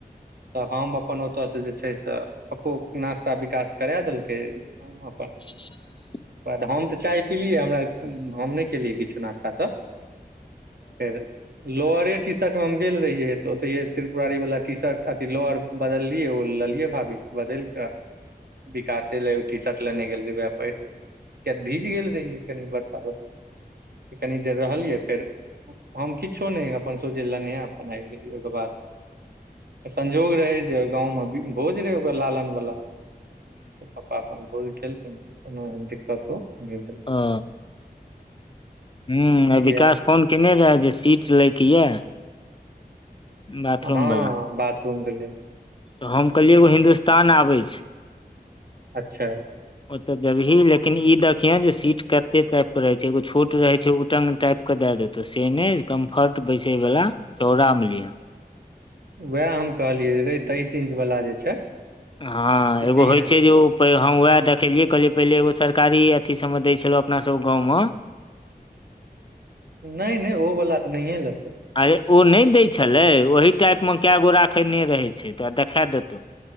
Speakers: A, on the right; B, on the left.
A: तऽ हम अपन ओतय से जे छै से पप्पो के नास्ता विकास करा देलकै हम अपन
B: <unintelligible>
A: ओकर बाद हम तऽ चाय पिलियै हमरा हम नय केलियै किछो नास्तासब फेर लोअरे टी शर्टमे हम गेल रहियै तऽ ओतहिये त्रिपुरारी वालला टी शर्ट अथी लोअर बदललियै ओ लेलियै भाभी से बदेल विकासे ले उ टी शर्ट लेने गेल रहै वैहै पहिर किय त भीज गेल रहियै कनि वर्षा ब कनी देर रहलियै फेर हम किछो नय अपन सोझे लेने अपन आबि गेलिय ओहिके बाद संजोग रहै जे गाँवमे भोज रहै ओकर लालन वला त पप्पा बलेल क कोनो दिक्कतो नहि भेल
B: ओ ह <unintelligible>
A: इएह
B: विकास फोन केने रहे जे सीट लए के ये बाथरूम
A: हँ
B: वाला
A: बाथरूम के लेल
B: तऽ हम कहलियै एगो हिन्दुस्तान आबैछे
A: अच्छा
B: ओते जबही लेकिन ई देखिये जे सीट कते टाइप के रहे छै एगो छोट रहे छै उटंग टाइप सब के द देतो से ने कम्फर्ट बैसे वाला चौड़ा मे लिअ
A: उएह हम कहलियै रे तेइस इंच वला जे छै
B: हँ
A: से लीहें
B: एगो होइ छै जै हम वएह देखेलियै कहलियै पहिले एगो सरकारी अथी सबमे दै छलहुँ अपना सब गाँवम
A: नय नय ओ वला तऽ नहिए लेतै
B: अरे ओ नय दै छलै ओहि टाइप मे कए गो राखेने रहै छै तऽ तोरा देखा देतै